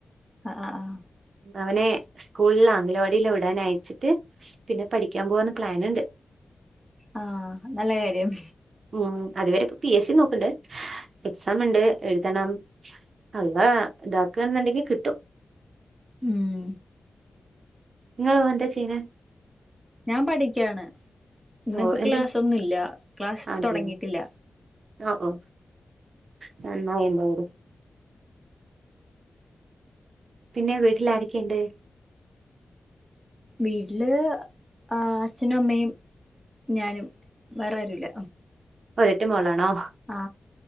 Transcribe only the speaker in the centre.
ആ ആ
ആ നല്ല കാര്യം
ഉം
ഞാൻ പഠിക്കാണ് ഇന്നിപ്പോ
ക്ലാസ്സ് ഒന്നുല്ല ക്ലാസ്
തുടങ്ങിട്ടില്ല
വീട്ടില് ആ അച്ഛനും അമ്മയും ഞാനും വേറാരു ല്ല
ആ